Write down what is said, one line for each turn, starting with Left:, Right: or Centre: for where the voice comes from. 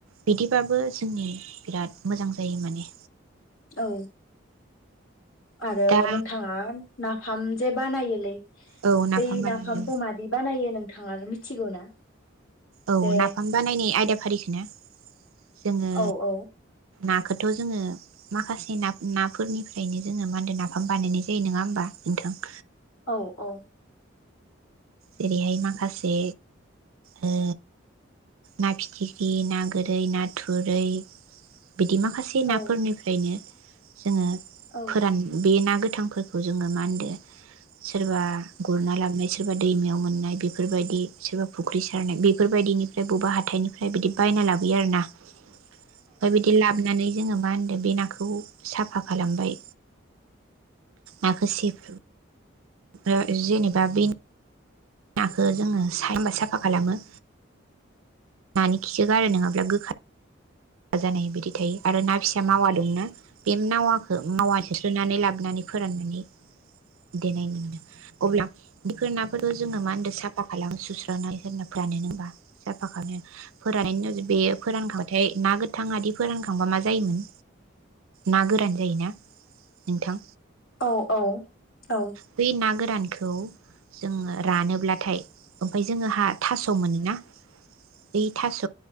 Right: बिदि बाबो जोंनि बिराद मोजां जायो माने।
Left: औ। आरो
Right: दा
Left: नोंथाङा नाफाम जे बानायोलै
Right: औ नाफाम
Left: दै
Right: बानायो
Left: नफामखौ मादि बानाययो नों थाङा मिथिगौ ना
Right: औ
Left: जे
Right: नाफाम बानायनायनि आयदोब फारिखोनो जोङो
Left: औ औ
Right: नाखौथ' जोङो माखासे ना-नाफोरनिफ्रायनो जोङो मादो नाफाम बानायनाय जायो नङा होमबा नोंथां?
Left: औ औ
Right: जेरैहाय माखासे ओ ना फिथिख्रि ना गोरै ना थुरै बिदि माखासे नाफोरनिफ्रायनो
Left: औ
Right: जोङो
Left: औ
Right: फोरान बे ना गो थांफोरखौ जोङो मानदो सोरबा गुरना लांनाय सो दैमायाव मोननाय बेफोरबायदि सोरबा फुख्रि सारनाय बेफोरबायदिनिफ्राय बबा हाथ थायनिफ्राय बिदि बायना लाबो आरोना ओमफाय बिदि लाबोनानै जोङो मा होनदों बे नाखौ साफा खालामबाय नाखो सेफ रो जेनेबा बे नाखौ जोङो सायना साफा खालामो नानि खिखो गारो नङाब्ला गोखा जानाय बिदि थायो आरो ना फिसा मावा दंना बे नावा मावा‌ होस्रोनानै लाबोनानै फोराननानै देनाय मोनो अब्ला बेफोर नाफोरखौ जोङो मा होनदो साफा खालामो सुस्रांना होना फोरानो होमबा साफा खालामनो फोरान्नायनि उनाव बेयो फोरानखां <unintelligible> ना गोथांयादि फोरानखांबा मा जायोमोन ना गोरान जायोना नोंथां?
Left: औ औ औ
Right: बै ना गोरानखौ जों रानोब्लाथाय ओमफ्राय जों जोङोहा थास' मोनोना बै थास'